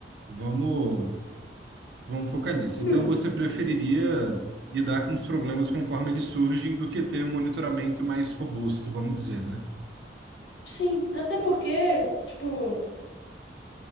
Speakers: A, on the right; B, on the left.
A: Vamos, vamos focar nisso.
B: Hum,
A: Então você preferiria lidar com os problemas conforme eles surgem do que ter um monitoramento mais robusto, vamos dizer, né?
B: sim, até porque, tipo.